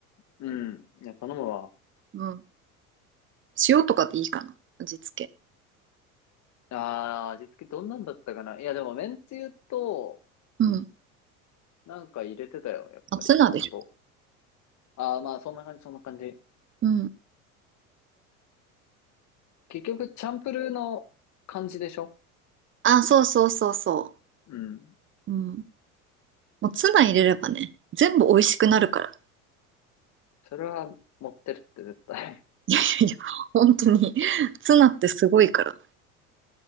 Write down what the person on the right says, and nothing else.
うん。塩とかでいいかな。味付け。
うん。
まあ、ツナでしょ。
うん。
あ、そうそうそうそ
う。うん。もうツナ入れればね、全部美味しくなるから。
いやいやいや、本当に。ツナってすごいから。